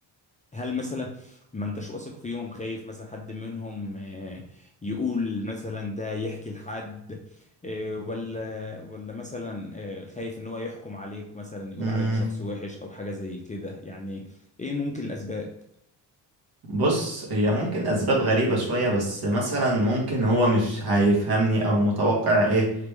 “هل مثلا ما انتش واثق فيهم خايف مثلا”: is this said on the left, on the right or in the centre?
Left